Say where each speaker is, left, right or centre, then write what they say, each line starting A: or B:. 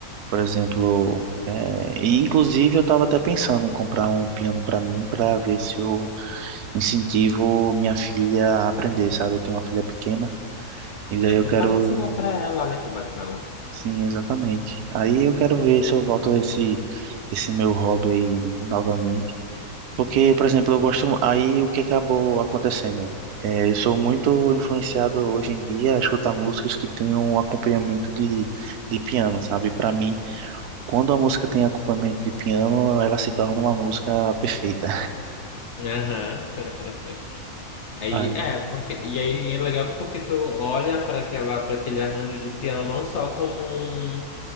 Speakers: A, on the right; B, on the left.
A: Por exemplo, é, e inclusive eu estava até pensando em comprar um piano para mim para ver se eu incentivo minha filha a aprender, sabe? Eu tenho uma filha pequena e daí
B: Aí
A: eu
B: tu
A: quero,
B: pode ensinar pra ela, olha que bacana.
A: sim, exatamente. Aí eu quero ver se eu volto a esse esse meu hobby aí novamente Porque, por exemplo, eu gosto. Aí o que acabou acontecendo? É, eu sou muito influenciado hoje em dia a escutar músicas que têm um acompanhamento de, de piano, sabe? Para mim, quando a música tem acompanhamento de piano, ela se torna uma música perfeita.
B: Aham. <laughs> Aí
A: Ah,
B: é, porque e aí é legal porque tu olha para aquela para aquele arranjo de piano não só como um